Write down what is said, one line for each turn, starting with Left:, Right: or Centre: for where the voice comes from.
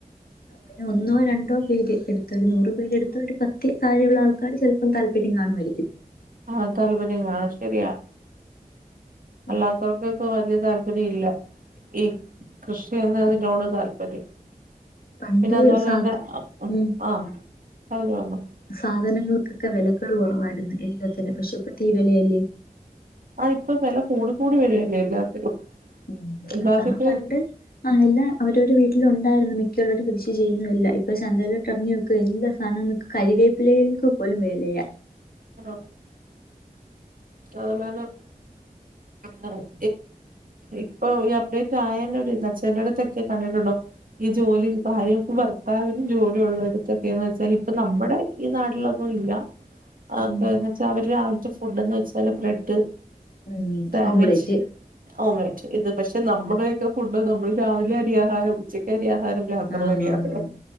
Left: പിന്നെ ഒന്നോ രണ്ടോ പേര് എടു ഒരു നൂറ്പേരെടുത്ത ഒരു പത്ത് താഴെയുള്ള ആൾക്കാര് ചിലപ്പം താല്പര്യം കാണുമായിരിക്കും
Right: ആഹ് താല്പര്യം കാണും ശെരിയാ അല്ലാത്തവർക്കൊക്കെ
Left: ഉം
Right: വലിയ താല്പര്യം ഇല്ല ഈ കൃഷിന്ന് അതിനോട് താല്പര്യം
Left: പണ്ട്
Right: പിന്നെ അതുപോലെന്നെ
Left: സാ ഉം
Right: ആഹ് <unintelligible>
Left: സാധനങ്ങൾക്കൊക്കെ വിലക്കള് കുറവായിരുന്നു എല്ലാത്തിനും പക്ഷെ ഇപ്പ തീ വിലയല്ലേ
Right: ആ ഇപ്പൊ വെല കൂടി കൂടി വരല്ലേ എല്ലാത്തിനും
Left: ഉം
Right: എല്ലാത്തിട്ട്
Left: നിക്കാനാ പണ്ട് ആ എല്ലാ. അവരവര് വീട്ടിലുണ്ടായിരുന്നു മിക്കവരടും കൃഷി ചെയ്യുന്നതെല്ലാം ഇപ്പ ചന്തയിലോട്ട് ഇറങ്ങി എല്ലാ സാധനങ്ങക്ക് കറിവേപ്പിലയ്ക്ക് പോലും വെലയ
Right: ആഹ് <unintelligible> ഇപ്പൊ ഈ അപ്ഡേറ്റ് ആയേന്റൊര്‌താ ചെലട്തൊക്കെ കണ്ടിട്ടുണ്ടോ ഈ ജോലി ഭാര്യക്കും ഭർത്താവിനും ജോലി ഉള്ളടുത്തൊക്കെയന്ന് വെച്ചാ ഇപ്പ നമ്മുടെ ഈ നാട്ടിലൊന്നുല്ല. <inaudible> അപ്പേയ്
Left: ഉം
Right: ന്ന് വെച്ചാ അവര് രാവിലത്തെ ഫുഡ് എന്ന് വെച്ചാല് ബ്രെഡ്
Left: ഉം
Right: സാൻവിച്ച്
Left: ഓംലേറ്റ്
Right: ഓഹ് റെയിറ്റ് ഇത് പശെ നമ്മടെക്കെ ഫുഡ് നമ്മള് രാവിലെ അരി ആഹാരം ഉച്ചയ്ക്ക് അരി ആഹാരം രാത്രിയില്
Left: ആന്നാന്നാന്ന്
Right: അരി ആഹാരം